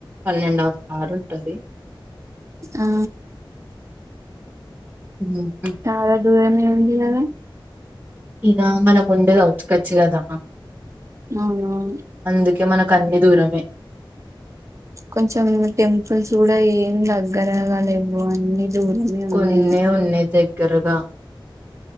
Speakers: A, on the right (about 20°); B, on the right (about 35°).
A: one and half hour ఉంటది
B: ఆహ
A: హ్మ్
B: చాల దూరం మీద ఉంది కదా
A: ఇక మనం ఉండే అవుట్ కట్స్ కదా
B: అవునవును
A: అందుకే మనక కన్ని దూరమే
B: కొంచెం టెంపుల్స్ గూడా ఏం దగ్గరగలేవు అన్ని దూరమే ఉన్నాయి
A: కొన్నె ఉన్నయి దగ్ గ్గరగా